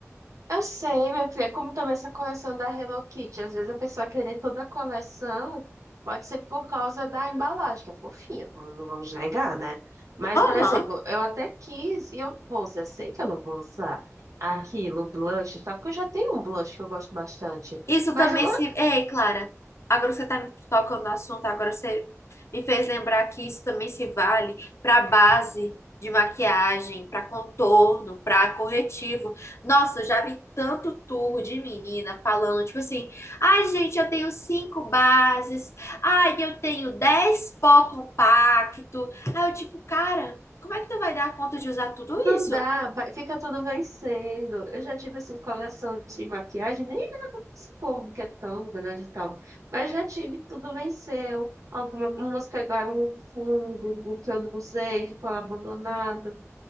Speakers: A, on the right; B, on the left.
A: Eu sei, minha filha, é como também essa coleção da Hello Kitty. Às vezes a pessoa querer toda a coleção pode ser por causa da embalagem, que é fofinha, não não vamos negar, né? Mas,
B: Aham.
A: por exemplo, eu até quis e eu não vou usar, eu sei que eu não vou usar aquilo, blush e tal, porque eu já tenho um blush que eu gosto bastante.
B: Isso
A: Mas
B: também
A: agora.
B: se. Ei, Clara, agora você tá me tocando no assunto, agora você me fez lembrar que isso também se vale para base de maquiagem, para contorno, para corretivo. Nossa, eu já vi tanto turro de menina falando, tipo assim: ai, gente, eu tenho cinco bases, ai, eu tenho dez pó compacto. Aí eu, tipo, cara, como é que tu vai dar conta de usar tudo
A: Não
B: isso?
A: dá, vai- fica tudo vencendo. Eu já tive assim, coleção de maquiagem, nem nada desse povo que é tão grande e tal. Mas já tive, tudo venceu. Algumas pegaram um fungo, o que eu não usei, ficou lá abandonado.